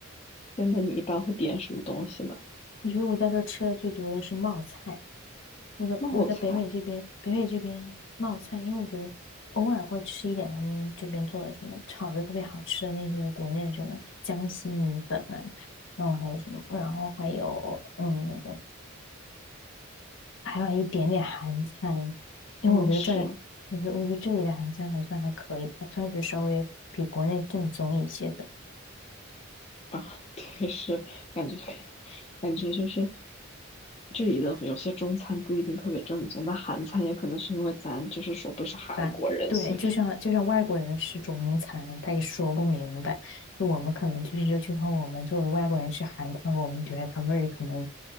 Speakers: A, on the left; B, on the left.
A: 对，那你一般会点什么东西呢？
B: 我觉得我在这儿吃的最多的是冒菜，我在我在北美这边，
A: 冒菜，
B: 北美这边冒菜，因为我觉得偶尔会吃一点他们这边做的什么炒的特别好吃的那些国内的什么江西米粉啊，然后还有什么，然后还有嗯，还有一点点韩餐，因为我觉得这里，
A: 嗯，是，
B: 我觉得我觉得这里的韩餐还算还可以吧，算是稍微比国内正宗一些，的。
A: 啊，<laughs> 对，是感觉感觉就是这里的有些中餐不一定特别正宗，但韩餐也可能是因为咱就是说不是韩国人，
B: 白，对，
A: 所以
B: 就像就像外国人吃中餐，他也说不明白。就我们可能就是，就像我们作为外国人吃韩餐，我们觉得它味儿可能